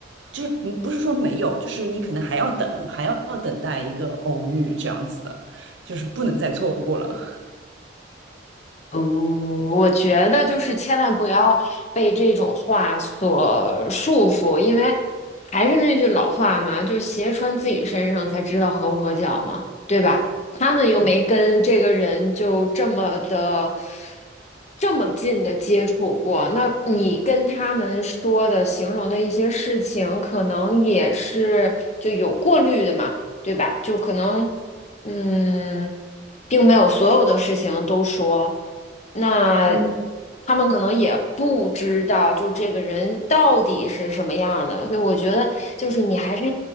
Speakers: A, on the right (about 80°); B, on the left (about 40°).
A: 就是嗯不是说没有，就是你可能还要等，还要等待一个偶遇这样子的，就是不能再错过了。
B: 嗯，我觉得就是千万不要被这种话所束缚，因为还是那句老话嘛，就鞋穿自己身上才知道合不合脚嘛，对吧？他们又没跟这个人就这么的
A: 是，
B: 这么近的接触过，那你跟他们说的、形容的一些事情，可能也是就有过滤的嘛，对吧？就可能。嗯，并没有所有的事情都说，那
A: <laughs> 嗯，
B: 他们可能也不知道，就这个人到底是什么样的。所以我觉得，就是你还是，